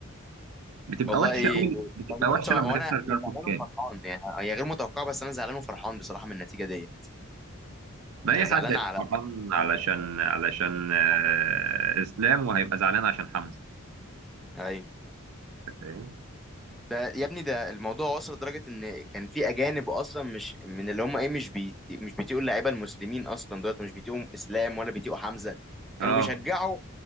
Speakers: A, on the right (about 75°); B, in the centre.
A: بتبقى
B: والله
A: وحشه
B: إيه،
A: قوي بتبقى
B: بص
A: وحشه
B: هو-
A: لما تخسر
B: وانا انا
A: كاركو
B: زعلان
A: كام
B: وفرحان يعني هي غير متوقعه بس انا زعلان وفرحان بصراحه من النتيجه دي
A: ما
B: انا
A: اي حد
B: زعلان
A: هيبقى
B: على
A: فرحان علشان علشان آه،
B: <laughs>
A: اسلام وهيبقى زعلان عشان حمزه
B: ايوه
A: انت فاهم
B: ده يا ابني ده الموضوع وصل لدرجه ان كان في اجانب اصلا مش من اللي هم ايه مش بي مش بيتقوا اللعيبه المسلمين اصلا دلوقتي مش بيتقوا اسلام ولا بيتقوا حمزه
A: اه
B: كانوا بيشجعوا